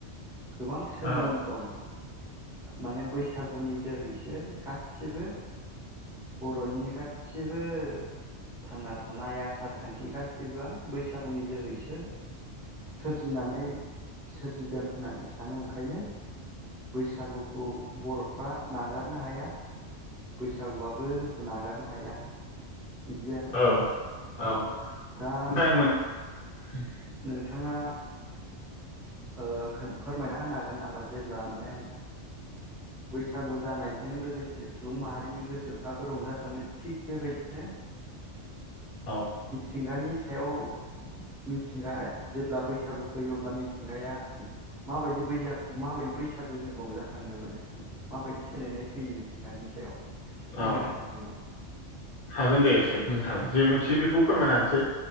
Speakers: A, in the centre; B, on the left.
A: गोबां सोमोन
B: औ
A: दं माने बैसागुनि जोहैसो गासिबो बर'नि गासिबो थांना थानाय आसार खान्थि गासिबो बैसागुनि जोहैसो सोरजिनानै सोरजिदों होननानै सानो ओंखायनो बैसाग बैसागुखौ बर'फ्रा नागारनो हाया बैसागुआबो जोंखौ नागारनो हाया। बिदि आरो
B: औ औ ओमफ्राय
A: दा
B: <inaudible>
A: नोंथाङा फोरमायना होनो हागोन नामा जेब्ला माने बैसागु जानायजों लोगोसे सुबुं माहारिनि गोसोफ्राबो रंजाखाङो थिग बेबायदिनो
B: औ
A: मिथिंगानि सायाव मिथिंगा जेब्ला बैसागु फैयो अब्ला मिथिंगाया माबायदि बैसा माबायदि बैसागु जों रंजाखाङो माने माबायदि सोलायनाय फैयो मिथिंगानि सायाव एसे फोरमायना
B: औ
A: होनो
B: हागोन दे एसे नोंथां जे मोनथियो बेखौ फोरमायना होनोसै।